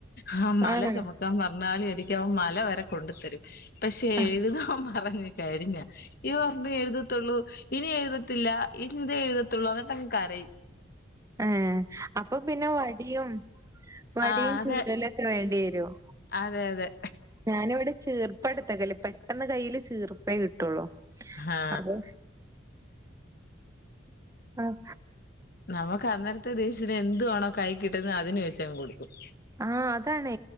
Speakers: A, on the left; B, on the right.
A: ആഹ് മല
B: ആണ്.
A: ചുമക്കാൻ പറഞ്ഞാലും എനിക്ക് അവ മല വരെ കൊണ്ടു തരും പക്ഷെ
B: ഏഹ്.
A: എഴുതാൻ പറഞ്ഞു കാര്യല്ലാ ഈ പറഞ്ഞ് എഴുതത്തുള്ളൂ ഇനി എഴുതത്തില്ല ഇനി ഇതേ എഴുതത്തുള്ളൂ എന്നിട്ടം കാരേ
B: ഏ അപ്പൊ പിന്നെ വടിയും വടിയും
A: ആ അതെ
B: ചൂരലക്കെ വേണ്ടി വരും
A: അതെ അതെ
B: ഞാനിവിടെ ചേർ ഇപ്പടുത്തെ കല്ല പെട്ടെന്ന് കയ്യിൽ ചീർപ്പേ കിട്ടുള്ളൂ
A: ആ
B: അപ്പൊ ആഹ്
A: നമുക്ക് അന്നരത്തെ ദേശത്തിന് എന്തുവാേണോ കൈ കിട്ടുന്നത് അതിന് വെച്ച കൊടുക്കും
B: ആഹ് അതാണ്